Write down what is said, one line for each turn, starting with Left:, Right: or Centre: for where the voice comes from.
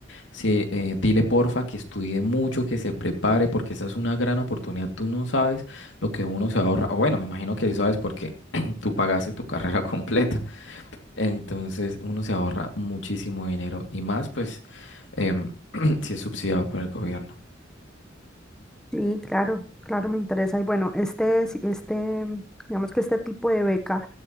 Left: sí, eh, dile porfa que estudie mucho, que se prepare, porque esa es una gran oportunidad. Tú no sabes lo que uno se ahorra. o Bueno, me imagino que sí sabes porque <clears throat> tú pagaste tu carrera <laughs> completa. Entonces, uno se ahorra muchísimo dinero y más pues em, <clears throat> si es subsidiado por el gobierno.
Centre: Sí, claro, claro, me interesa. Y bueno, este, es- este, digamos que este tipo de beca